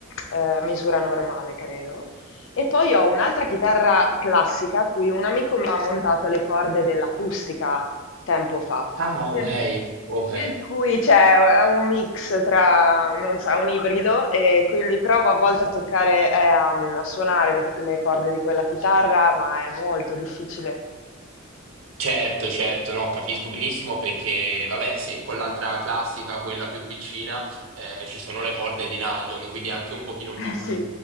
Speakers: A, on the left; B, on the right.
A: eh, misura normale, credo. E poi ho un'altra chitarra classica a cui un amico mi ha montato le corde dell'acustica tempo fa.
B: Ah,
A: Per,
B: ok, ok.
A: per cui c'è è un mix tra, non so, è un ibrido e quindi provo a volte a toccare, eh, a, a suonare le le corde di quella chitarra, ma è molto difficile.
B: Certo, certo, no, capisco benissimo perché, vabbè, se con l'altra classica, quella più piccina, eh, ci sono le corde di nylon, quindi anche un pochino più,
A: Eh sì,